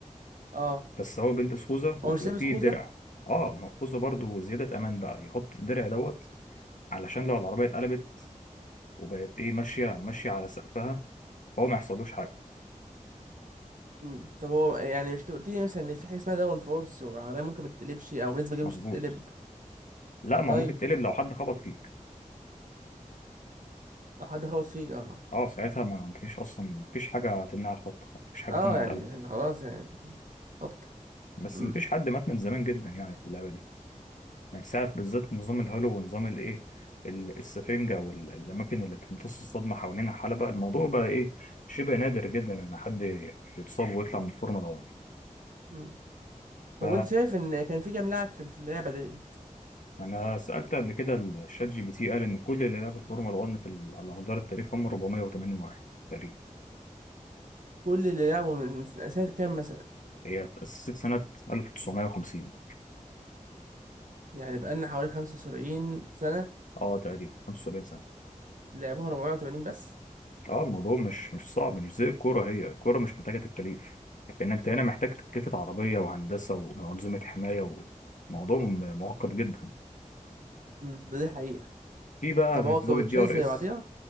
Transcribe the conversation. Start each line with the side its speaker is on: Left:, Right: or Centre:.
Right: اه
Left: فالسواق بيلبس خوذة وبيبقى
Right: هو مش لابس
Left: فيه
Right: خوذه
Left: درع اه ما الخوذة برضه زيادة امان بقى يحط الدرع دوت علشان لو العربية اتقلبت وبقت ايه ماشية ماشية على سقفها هو ما يحصلوش حاجة
Right: مم. طب هو يعني مش قلت لي مثلا ان في حاجه اسمها داون فورس والعربيه ممكن ما تتقلبش او بنسبه كبيره
Left: مظبوط
Right: مش هتتقلب
Left: لا ما
Right: طيب
Left: ممكن تقلب لو حد خبط فيك
Right: لو حد خبط فيك اه
Left: اه ساعتها ما مفيش اصلا مفيش حاجة تمنع الخبطة مفيش حاجة
Right: اه
Left: تمنع
Right: يعني
Left: القلب
Right: خلاص يعني هبطه
Left: بس
Right: امم
Left: مفيش حد مات من زمان جدا يعني في اللعبة دي من ساعة بالذات نظام الهالو ونظام الايه ال- السفنجة او ال- الاماكن اللي بتمتص الصدمة حوالينها حلبة الموضوع بقى ايه شبه نادر جدا ان حد يتصاب ويطلع من الفورمولا 1
Right: امم طب
Left: ف
Right: وانت شايف ان كان في كام لاعب في في اللعبه ديت
Left: انا سألت قبل كده الشات جي بي تي قال ان كل اللي لعبوا الفورمولا 1 في ال- على مدار التاريخ هم 480 واحد تقريبا
Right: كل اللي لعبوا من سنه سنة كام مثلا
Left: هي اتأسست سنة 1950
Right: يعني بقالنا حوالي 75 سنه
Left: اه تقريبا 75 سنة
Right: لعبوها 480 بس
Left: اه الموضوع مش مش صعب مش زي الكوره هي الكوره مش محتاجه تكاليف لكن انت هنا محتاج تكلفه عربيه وهندسه وانظمه حمايه وموضوع م- معقد جدا
Right: امم ده دي حقيقه
Left: في بقى
Right: طب
Left: في
Right: هو كاوتشات
Left: نظام الدي ار
Right: زي
Left: اس
Right: بعضيها